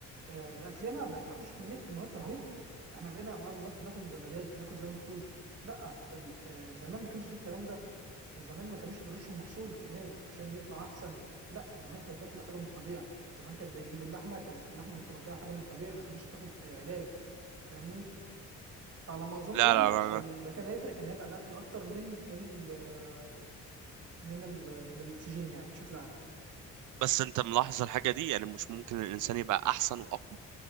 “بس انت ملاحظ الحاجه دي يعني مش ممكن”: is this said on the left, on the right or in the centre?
Right